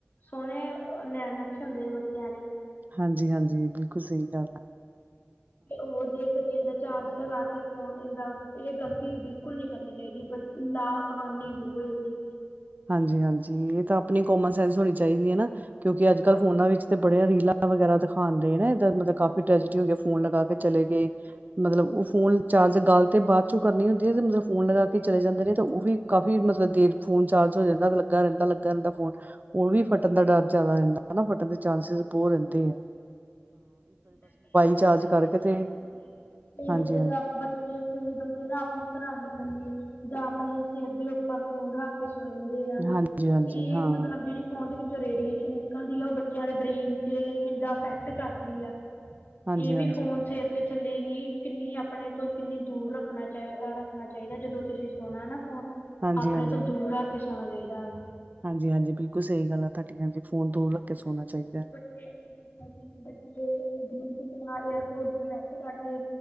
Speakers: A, on the left (about 50°); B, on the right (about 40°).
A: ਸੋਹਣੇ ਨੈਣ ਨਕਸ਼ ਹੁੰਦੇ ਬੱਚਿਆਂ ਦੇ
B: ਹਾਂਜੀ, ਹਾਂਜੀ ਬਿਲਕੁਲ ਸਹੀ ਗੱਲ ਆ।
A: ਦੇ ਉਹ <unintelligible> ਜਖ ਤੇਦਾ ਚਾਰਜ ਲਗਾ ਕੇ ਫੋਨ ਇਦਾ ਇਹ ਗ਼ਲਤੀ ਬਿਲਕੁਲ ਨਹੀਂ ਕਰਨੀ ਚਾਹੀਦੀ ਲਾਭ ਹਾਨੀ <unintelligible> ਹੈ ਇਹਦੀ
B: ਹਾਂਜੀ, ਹਾਂਜੀ ਇਹ ਤਾਂ ਆਪਣੀ ਕੋਮਨ ਸੈਂਸ ਹੋਣੀ ਚਾਹੀਦੀ ਏ ਨਾ ਕਿਉਂਕਿ ਅੱਜ ਕੱਲ੍ਹ
A: ਹਾਂਜੀ।
B: ਫੋਨਾਂ ਵਿੱਚ ਤੇ ਬੜੀਆਂ ਰੀਲਾਂ ਵਗੈਰਾ ਦਿਖਾਦੇ ਨੇ ਦ ਮਤਲਬ ਕਾਫੀ ਟਰੈਜਡੀ ਹੋ ਗਈ ਫੋਨ ਲਗਾ ਕੇ ਚਲੇ ਗਏ। ਮਤਲਬ ਉਹ ਫੋਨ ਚਾਰਜ ਗੱਲ ਤੇ ਬਾਅਦ ਚੋਂ ਕਰਨੀ ਹੁੰਦੀ ਏ ਤੇ ਮਤਲਬ ਫ਼ੋਨ ਲਗਾ ਕੇ ਚਲੇ ਜਾਂਦੇ ਨੇ ਤਾਂ ਉਹ ਵੀ ਕਾਫੀ ਮਤਲਬ ਦੇਰ ਫੋਨ ਚਾਰ ਰਹਿੰਦਾ ਲੱਗਾ ਰਹਿੰਦਾ ਲੱਗਾ ਰਹਿੰਦਾ ਫੋਨ ਉਹ ਵੀ ਫਟਣ ਦਾ ਡਰ ਜ਼ਿਆਦਾ ਰਹਿੰਦਾ ਨਾ ਫ ਦੇ ਚਾਂਸਿਸ ਬਹੁਤ ਰਹਿੰਦੇ ਐ
A: ਕਈ ਬੱਚੇ
B: ਚਾਰਜ
A: ਦਾ ਆਪਣੇ
B: ਕਰਕੇ
A: ਸਰਾਣੇ
B: ਤੇ
A: ਕਈ
B: ਹਾਂਜੀ-ਹਾਂਜੀ,
A: ਬੱਚੇ ਦਾ ਫ ਕਈਂ ਬੱਚੇ ਤਾਂ ਆਪਣੇ ਸਰਾਣੀ ਪੈਂਦੀ ਜਾਂ ਆਪਣੇ ਸਿਰ ਦੀ ਉੱਪਰ ਫੋਨ ਰੱਖ ਸੋਂ ਜਾਂਦੇ ਆ
B: ਹਾਂਜੀ-ਹਾਂਜੀ
A: ਇਹ
B: ਹਾਂ,
A: ਮਤਲਬ ਜਿਹੜੀ ਫੋਨ ਵਿੱਚ ਰੇਡੀਏਸ਼ਨ ਨਿਕਲਦੀ ਆ ਉਹ ਬੱਚਿਆਂ ਦੇ ਬ੍ਰੇਨ ਚ ਇੰਦਾ ਇਫੈਕਟ ਕਰਦੀ ਆ
B: ਹਾਂਜੀ-ਹਾਂਜੀ,
A: ਇਹ ਵੀ ਫੋਨ ਚਿਰ ਤੇ ਥੱਲੇ ਨੀ ਕਿੰਨੀ ਆਪਣੇ ਤੋਂ ਕਿੰਨੀ ਦੂਰ ਰੱਖਣਾ ਚ ਰੱਖਣਾ ਚਾਹੀਦਾ, ਜਦੋਂ ਤੁਸੀਂ ਸੁਣਾ ਨਾ ਫੋਨ
B: ਹਾਂਜੀ-ਹਾਂਜੀ।
A: ਆਪਣੇ ਤੋਂ ਦੂਰ ਰੱਖ ਕੇ ਸੋਣਾ ਚਾਹੀਦਾ ਵ
B: ਹਾਂਜੀ-ਹਾਂਜੀ, ਬਿਲਕੁਲ ਸਹੀ ਗੱਲ ਆ, ਤੁਹਾਡੀ ਹਾਂਜੀ ਫੋਨ ਦੂਰ ਰੱਖ ਕੇ ਸੋਣਾ ਚਾਹੀਦਾ ਹੈ।
A: ਕਿ ਬੱਚੇ ਜੇ ਨਾਲ ਏਅਰਪੋਰਟ ਕਨੇਕਟ ਕਰਕੇ,